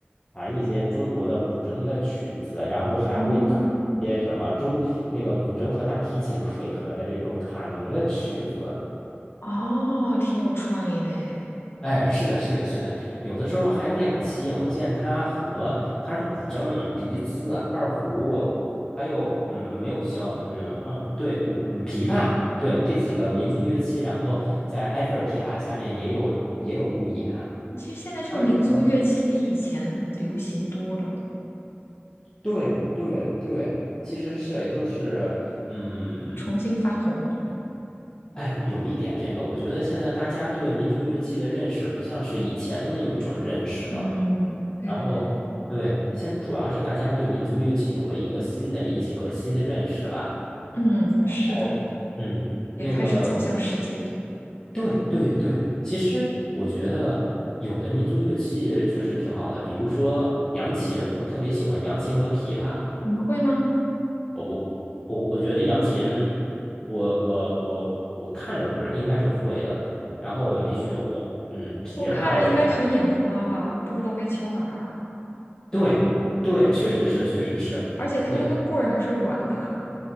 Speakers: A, on the left (about 20°); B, on the left (about 70°).
A: 弹一些中国的古筝的曲子，然后还会弹一些什么中那个古筝和大提琴配合的这种卡农的曲子。
B: 哦，哦，挺有创意的诶。
A: 哎，是的，是的，是的，有的时候还有两期啊，我见他和他是古筝、笛子、二胡，还有嗯，没有箫，嗯嗯，对，古嗯琵琶，对这几个民族乐器，然后在埃菲尔铁塔下面也有也有路演，
B: 其实现在这个民族乐器比以前流行多了，
A: 他们主要。对对对，其实是就是，嗯，
B: 重新翻红。
A: 哎，有一点这个，我觉得现在大家对民族乐器的认识不像是以前的那一种认识了。
B: 嗯，对对对，
A: 然后，对，现主要是大家对民族乐器有了一个新的理解和新的认识吧。
B: 嗯，是的，
A: 哦，嗯，
B: 也开始走向世界。
A: 那个，对对对，其实我觉得有的民族乐器确实挺好的，比如说扬琴，我特别喜欢扬琴和琵琶。
B: 你会吗？
A: 我不，我我觉得扬琴，我我我我看着是应该是会的，然后没学过。嗯，琵琶我听，
B: 我看着应该很眼花吧，我都不知道该敲哪儿啊。
A: 对对，确实是确实是那个
B: 而且它那个棍儿还是软的啊。